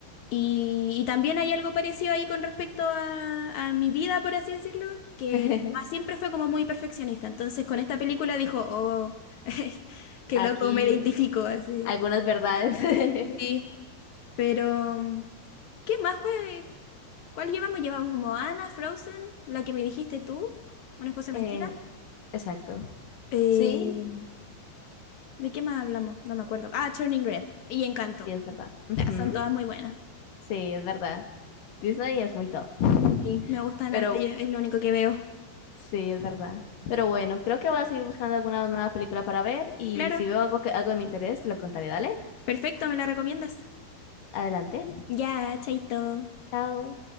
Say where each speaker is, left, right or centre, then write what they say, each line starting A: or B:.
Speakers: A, on the left (about 75°); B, on the left (about 60°).
A: Y, y también hay algo parecido ahí con respecto a, a mi vida, por así decirlo, que
B: <laughs>
A: mi mamá siempre fue como muy perfeccionista. Entonces con esta película dijo, oh, <laughs> qué
B: Aquí
A: loco, me identifico así.
B: algunas verdades. <laughs>
A: Sí, pero mm, ¿qué más? ¿Cuál, cuál llevamos? Llevamos Moana, Frozen, la que me dijiste tú, una esposa mentira.
B: Eh, exacto.
A: Eh,
B: Sí,
A: ¿de qué más hablamos? No me acuerdo. Ah, Turning Red y Encanto.
B: Sí, es verdad. Ujú,
A: Ya, son todas muy buenas.
B: Sí, es verdad. Disney es muy top. <laughs>
A: Sí, me gustan
B: Pero
A: harto, yo- es lo único que veo.
B: sí, es verdad. Pero bueno, creo que voy a seguir buscando alguna nueva película para ver y
A: Claro,
B: si veo algo que algo de mi interés, te lo contaré. Dale,
A: perfecto, ¿me la recomiendas?
B: adelante.
A: Ya, chaito.
B: Chao.